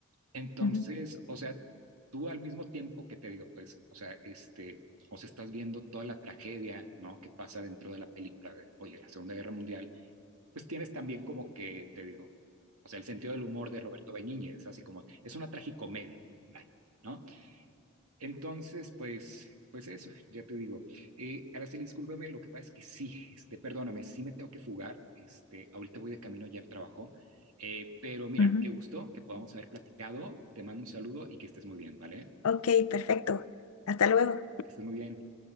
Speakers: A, on the right; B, on the left.
A: Entonces,
B: ujú,
A: o sea, tú al mismo tiempo que te digo, pues, o sea, este, o sea, estás viendo toda la tragedia, ¿no? Que pasa dentro de la película de, oye, la Segunda Guerra Mundial, pues tienes también como que, te digo, o sea, el sentido del humor de Roberto Benigni, así como, es una tragicomedia, vaya, ¿no? Entonces, pues, pues eso, ya te digo. Eh, Araceli, discúlpame, lo que pasa es que sí, este, perdóname, sí me tengo que fugar, este, ahorita voy de camino ya al trabajo, eh, pero mira,
B: ujú, ujú.
A: qué gusto que podamos haber platicado, te mando un saludo y que estés muy bien, ¿vale?
B: Ok, perfecto. Hasta luego.
A: Que estés muy bien.